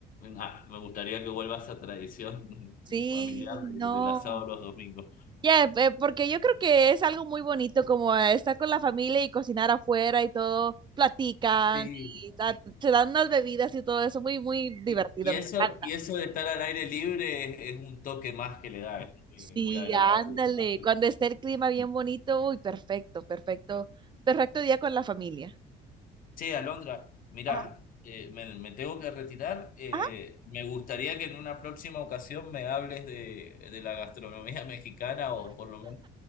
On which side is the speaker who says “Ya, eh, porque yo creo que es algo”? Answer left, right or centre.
Right